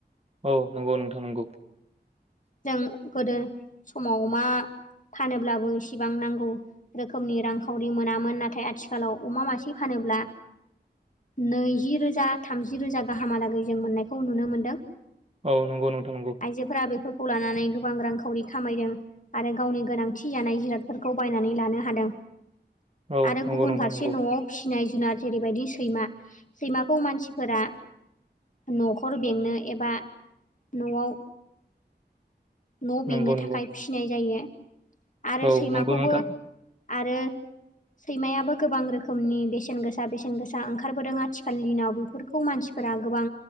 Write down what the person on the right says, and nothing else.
औ नंगौ नोंथां नंगौ।
औ नंगौ नोंथां नंगौ।
औ
नंगौ
नोंथां
नंगौ
नंगौ नंगौ
औ
नंगौ नोंथां